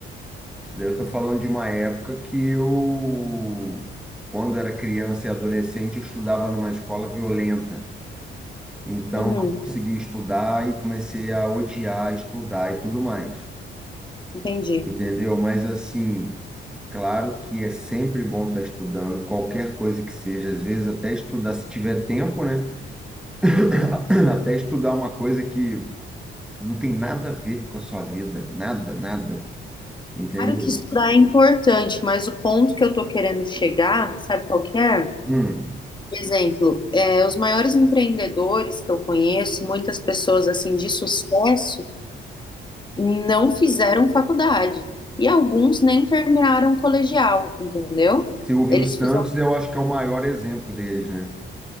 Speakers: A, in the centre; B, on the left.
A: isso daí eu tô falando de uma época que eu, quando era criança e adolescente, eu estudava numa escola violenta, então
B: Uhum,
A: não consegui estudar e comecei a odiar estudar e tudo mais,
B: entendi.
A: entendeu? Mas assim Claro que é sempre bom estar estudando, qualquer coisa que seja, às vezes até estudar, se tiver tempo, né? <coughs> <clears throat> Até estudar uma coisa que não tem nada a ver com a sua vida, nada, nada, entendeu?
B: Claro que estudar é importante, mas o ponto que eu estou querendo chegar, sabe qual que é?
A: Hum.
B: Por exemplo, é, os maiores empreendedores que eu conheço, muitas pessoas assim de sucesso, não fizeram faculdade. E alguns nem terminaram o colegial, entendeu?
A: Silvio
B: Eles
A: Santos,
B: fizeram
A: eu acho que é o maior exemplo deles, né?